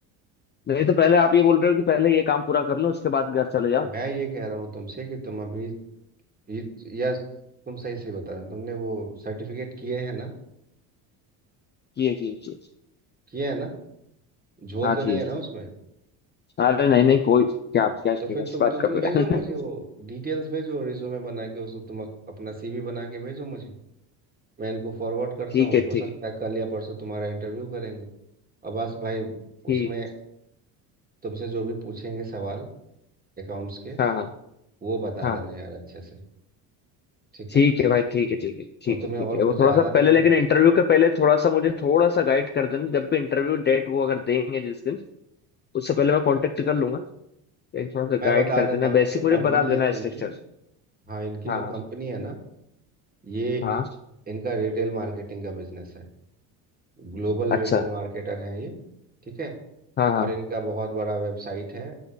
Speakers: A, on the left; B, on the right.
A: नहीं तो पहले आप ये बोल रहे हो कि पहले ये काम पूरा कर लो उसके बाद घर चले जाओ
B: मैं ये कह रहा हूँ तुमसे कि तुम अभी ये- या तुम सही से बता रहे हो, तुमने वो सर्टिफिकेट किए हैं ना
A: किए किए किए
B: किए हैं ना झोल
A: हाँ
B: तो
A: किए
B: नहीं है ना उसमें
A: अरे नहीं नहीं कोई क्या क्या, क्या,
B: तो फिर तुम
A: बात
B: तो तुम
A: कर
B: भेजो
A: रहे
B: मुझे
A: हैं?
B: वो डिटेल्स भेजो रिज्यूमे बना के उसको तुम अप- अपना सीवी बना के भेजो मुझे मैं इनको फॉरवर्ड
A: <laughs>
B: करता
A: ठीक
B: हूँ
A: है
B: हो
A: ठीक
B: सकता
A: है
B: है कल या परसों तुम्हारा इंटरव्यू करेंगे और बस भाई
A: ठीक
B: उसमें तुमसे जो भी पूछेंगे सवाल अकाउंट्स के
A: हाँ हाँ
B: वो बता
A: हाँ
B: देना यार अच्छे से ठीक
A: ठीक
B: है
A: है भाई ठीक है ठीक है
B: और
A: ठीक
B: तुम्हें
A: है ठीक
B: और
A: है वो
B: कुछ ज़्यादा
A: थोड़ा सा पहले
B: नहीं करना
A: लेकिन इंटरव्यू के पहले थोड़ा सा मुझे थोड़ा सा गाइड कर देना जब भी इंटरव्यू डेट वो अगर देंगे जिस दिन उससे पहले मैं
B: हाँ।
A: कांटेक्ट कर लूंगा लेकिन थोड़ा सा
B: मैं
A: गाइड
B: बता
A: कर
B: देता
A: देना
B: हूँ
A: बेसिक
B: ये जो
A: मुझे
B: कंपनी
A: बता
B: है
A: देना
B: ना इनकी
A: स्ट्रक्चर
B: हाँ इनकी
A: हाँ
B: जो कंपनी है ना ये
A: हाँ
B: इनका रिटेल मार्केटिंग का बिजनेस है ग्लोबल रिटेल
A: अच्छा
B: मार्केटर हैं ये ठीक है
A: हाँ हाँ
B: और इनका बहुत बड़ा वेबसाइट है